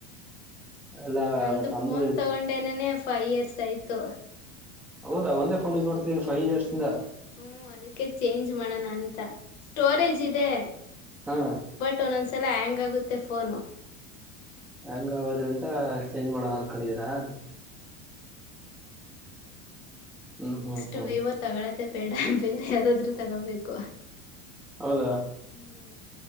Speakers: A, in the centre; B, on the left.
A: ಎಲ್ಲಾ
B: ನಂದು
A: ನಮ್ದು
B: ಫೋನ್ ತಗೊಂಡೇನನೆ ಫೈವ್ ಇಯರ್ಸ್ ಆಯ್ತು
A: ಹೌದಾ
B: ಅದಕ್ಕೆ
A: ಒಂದೇ ಫೋನ್ ಯೂಸ್ ಮಾಡ್ತಿದೀರಿ ಫೈವ್ ಇಯರ್ಸ್
B: ಹ್ಮ
A: ಇಂದ
B: ಹ್ಮ್ ಅದಕ್ಕೆ ಚೇಂಜ್ ಮಾಡೋಣ ಅಂತ ಸ್ಟೋರೇಜ್ ಇದೆ
A: ಹಾ
B: ಬಟ್ ಒಂದೊಂದ್ಸಲ ಹ್ಯಾಂಗ್ ಆಗುತ್ತೆ <unintelligible> ತ್ತೆಫೋನು
A: ಹೆಂಗ ಆಗೋದ್ರಿಂದ ಚೇಂಜ್ ಮಾಡೋದಂ <unintelligible> ಕಳಿದೀರಾ
B: ಹ್ಮ್
A: <unintelligible> ಹ್ಮ್
B: ನೆಕ್ಸ್ಟ್
A: ಹ್ಮ್ ಹ್ಮ್
B: ಇವೋ ತಗಳತ್ತ ಬೇಡ ಬೇರೆ ಯಾವ್ದಾದ್ರು <unintelligible> ತಗೋಬೇಕು
A: ಹೌದಾ
B: ಹ್ಮ್